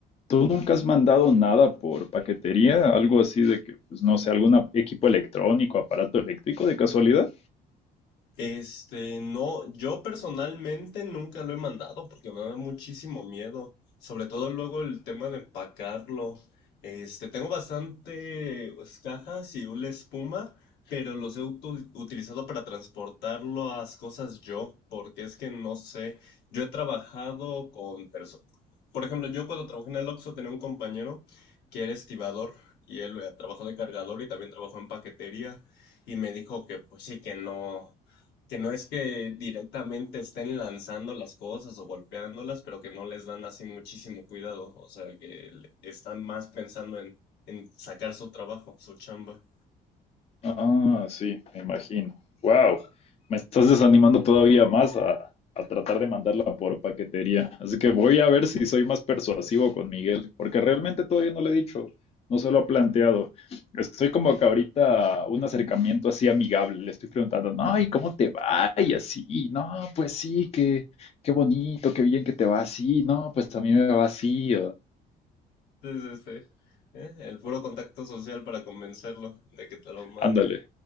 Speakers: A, on the left; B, on the left.
A: ¿tú nunca has mandado nada por paquetería? Algo así de que, pues no sé, algún ap- equipo electrónico, aparato eléctrico de casualidad?
B: Este, no, yo personalmente nunca lo he mandado porque me da muchísimo miedo, sobre todo luego el tema de empacarlo. Este, tengo bastante pues, cajas y una espuma, pero los he utu- utilizado para transportarlo a las cosas yo, porque es que no sé, yo he trabajado con personas. Por ejemplo, yo cuando trabajé en el Oxxo tenía un compañero que era estibador y él eh, trabajó de cargador y también trabajó en paquetería y me dijo que pues sí que no. Que no es que directamente estén lanzando las cosas o golpeándolas, pero que no les dan así muchísimo cuidado. O sea, que le- están más pensando en, en sacar su trabajo, su chamba.
A: Ah, sí, me imagino. Wow, me estás desanimando todavía más a, a tratar de mandarla por paquetería. Así que voy a ver si soy más persuasivo con Miguel, porque realmente todavía no le he dicho, no se lo ha planteado. Estoy como que ahorita un acercamiento así amigable, le estoy preguntando, no, ¿y cómo te va? Y así, no, pues sí, qué, qué bonito, qué bien que te va así, no, pues a mí me va así.
B: sí sí sí. ¿eh? El puro contacto social para convencerlo de que te lo mande.
A: Ándale.